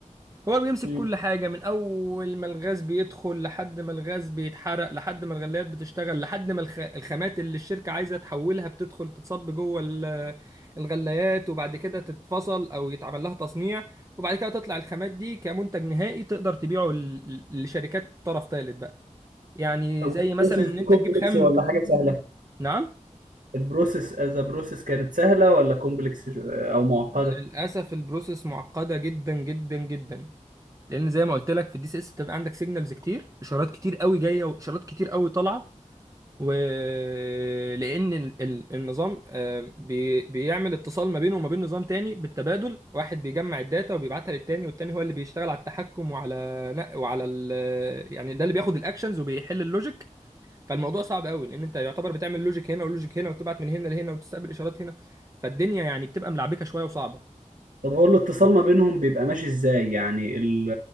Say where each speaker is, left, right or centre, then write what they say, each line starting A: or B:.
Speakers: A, on the right; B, on the right.
A: هو اللي بيمسك
B: امم
A: كل حاجة من أول ما الغاز بيدخل لحد ما الغاز بيتحرق لحد ما الغليات بتشتغل لحد ما الخ... الخامات اللي الشركة عايزة تحولها بتدخل تتصب جوه ال- الغليات وبعد كده تتفصل أو يتعمل لها تصنيع وبعد كده تطلع الخامات دي كمنتج نهائي تقدر تبيعه ل- لشركات طرف ثالث بقى يعني
B: طب
A: زي مثلا
B: البروسيس
A: إن
B: دي
A: أنت
B: كومبلكس
A: تجيب خام
B: ولا حاجة سهلة؟
A: نعم
B: البروسيس از بروسيس كانت سهلة ولا كومبلكس أو معقدة؟
A: للأسف البروسيس معقدة جدا جدا جدا لان زي ما قلت لك في الدي سي اس بتبقى عندك سيجنالز كتير اشارات كتير قوي جايه واشارات كتير قوي طالعه ولأن ال- ال- النظام آه، بي- بيعمل اتصال ما بينه وما بين نظام تاني بالتبادل واحد بيجمع الداتا وبيبعتها للتاني والتاني هو اللي بيشتغل على التحكم وعلى نق- وعلى ال يعني ده اللي بياخد الاكشنز وبيحل اللوجيك فالموضوع صعب قوي لأن انت يعتبر بتعمل لوجيك هنا ولوجيك هنا وتبعت من هنا لهنا وتستقبل اشارات هنا فالدنيا يعني بتبقى ملعبكة شوية وصعبة
B: طب هو الاتصال ما بينهم بيبقى ماشي ازاي يعني ال